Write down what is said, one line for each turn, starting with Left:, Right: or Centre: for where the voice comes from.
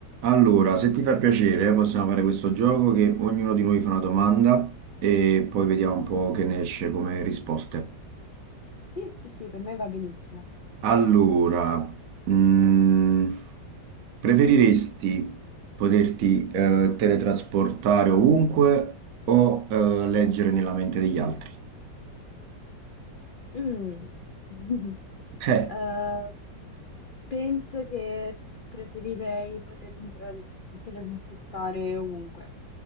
Right: Allora, se ti fa piacere, eh, possiamo fare questo gioco che ognuno di noi fa una domanda e poi vediamo un po' che ne esce come risposte.
Left: Sì, sì, sì, per me va benissimo.
Right: Allora, mm, preferiresti poterti eh, teletrasportare ovunque o eh, leggere nella mente degli altri?
Left: Mm. <laughs>
Right: Eh,
Left: Eh, penso che preferirei potermi tra- teletrasportare ovunque.